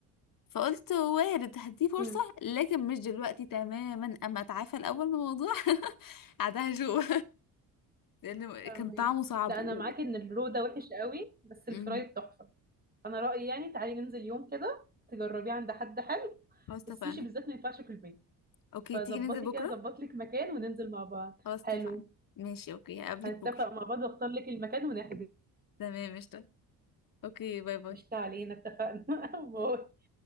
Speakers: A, on the left; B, on the right.
A: فقلت وارد هديه فرصه
B: امم
A: لكن مش دلوقتي تماما اما اتعافى الاول من الموضوع <laughs> عادها شو لأن
B: فاهمة.
A: كان طعمه صعب
B: لا
A: و...
B: انا معاكي ان الرو ده وحش قوي بس الفرايد
A: امم
B: تحفة انا رأيي يعني تعالي ننزل يوم كده تجربيه عند حد حلو
A: خلاص اتفقنا
B: السوشي بالذات ما ينفعش في البيت
A: اوكي
B: فظبطي
A: تيجي ننزل بكرة
B: كده ظبط لك مكان وننزل مع بعض
A: خلاص
B: حلو
A: اتفقنا ماشي اوكي هقابلك
B: هنتفق
A: بكرة
B: مع بعض واختار لك المكان ونحجز
A: تمام قشطة اوكي باي باي
B: قشطة علينا اتفقنا <laughs> باي